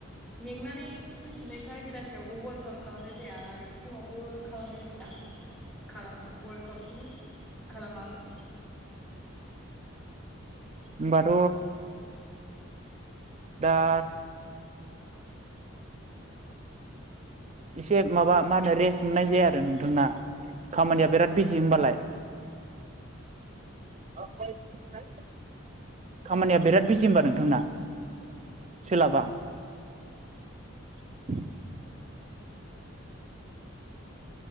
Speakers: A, in the centre; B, on the right.
A: मेंनानै फै फिननायखाय बेलासियावबो वार्कआउट खालामनाय जाया आरो फुङावबो खालामनाय जाया खालामा वार्कआउटखौनो खालामा आङो
B: <inaudible> होमबाथ दात एसे माबा मा होनो रेस्ट मोननाय जाया आरो नोंथांना खामानिया बिराद बिजि होमबालाय <unintelligible> खामानिया बिराद बिजि होमबा नोंथांना सोलाबा <inaudible>